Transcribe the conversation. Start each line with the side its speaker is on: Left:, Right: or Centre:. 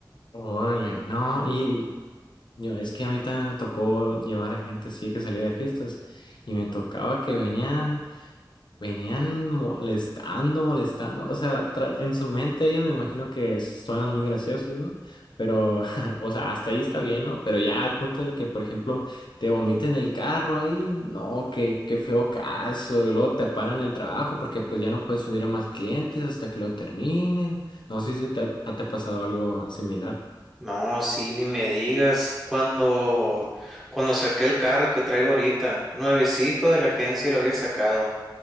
Left: Órale, no, y yo, es que a mí también me tocó llevar a gente así que salía de fiestas y me tocaba que venían. Venían molestando, molestando. O sea, tra- en su mente ellos me imagino que suenan muy graciosos, ¿no? Pero, <laughs> o sea, hasta ahí está bien, ¿no? Pero ya al punto en el que, por ejemplo, te vomiten el carro ahí, no, qué, qué feo caso. Y luego te paran el trabajo porque pues ya no puedes subir a más clientes hasta que lo terminen. No sé si te ha, te ha pasado algo similar.
Centre: No, sí, ni me digas. Cuando, cuando saqué el carro que traigo ahorita, nuevecito de la agencia lo había sacado.